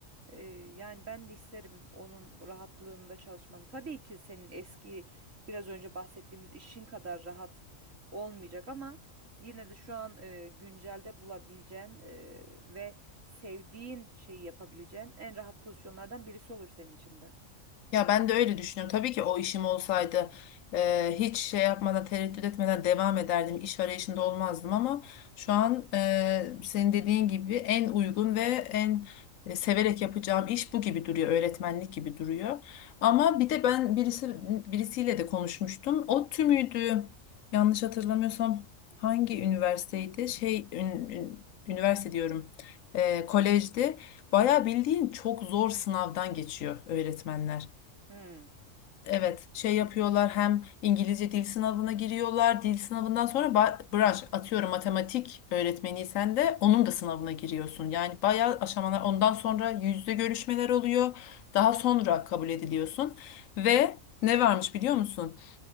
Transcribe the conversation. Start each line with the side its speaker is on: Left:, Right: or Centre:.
Right: Ee, yani ben de isterim onun rahatlığında çalışmanı. Tabii ki senin eski biraz önce bahsettiğimiz işin kadar rahat olmayacak ama yine de şu an e, güncelde bulabileceğin e, ve sevdiğin şeyi yapabileceğin en rahat pozisyonlardan birisi olur senin için de.
Left: Ya ben de öyle düşünüyorum. Tabii ki o işim olsaydı e, hiç şey yapmadan tereddüt etmeden devam ederdim. İş arayışında olmazdım ama şu an e, senin dediğin gibi en uygun ve en e, severek yapacağım iş bu gibi duruyor. Öğretmenlik gibi duruyor. Ama bir de ben birisi birisiyle de konuşmuştum. O tümüydü. Yanlış hatırlamıyorsam hangi üniversiteydi? Şey ün- ün- üniversite diyorum. E, kolejdi. Bayağı bildiğin çok zor sınavdan geçiyor öğretmenler.
Right: Hmm,
Left: Evet, şey yapıyorlar hem İngilizce dil sınavına giriyorlar. Dil sınavından sonra ba- branş atıyorum matematik öğretmeniysen de onun da sınavına giriyorsun. Yani bayağı aşamalar ondan sonra yüzde görüşmeler oluyor. Daha sonra kabul ediliyorsun. Ve ne varmış biliyor musun?